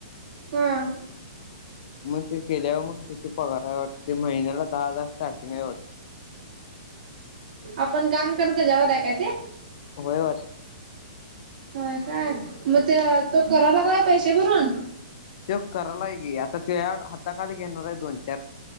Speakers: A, on the right; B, on the left.
A: ह.
B: मं ते केल्यावर मग किती पगार आहे वाटतं, महिन्याला दहा हजार स्टार्टिंग आहे वाट
A: आपण काम करू त्याच्यावर आहे काय ते?
B: होय <inaudible>
A: व्हय काय? म त्य तो करा लागलाय पैसे भरून?
B: त्यो करालाय की, आता त्या हाताखाली घेणार आहे दोन चार.